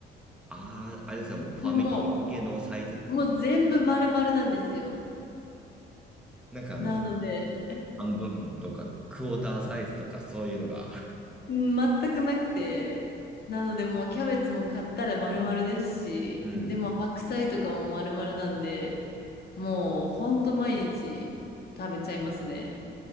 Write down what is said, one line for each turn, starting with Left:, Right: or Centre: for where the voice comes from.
Centre: ああ、あれですか、もうファミリー向けのサイズってわけ。
Left: もう、もう全部丸々なんですよ。
Centre: なんかあの、
Left: なので、
Centre: 半分とかクォーターサイズとかそういうのが。<laughs>
Left: <laughs> 全くなくて、なのでもうキャベツも買ったら丸々ですし、
Centre: うん。
Left: でも白菜とかも丸々なんで、もうほんと毎日食べちゃいますね。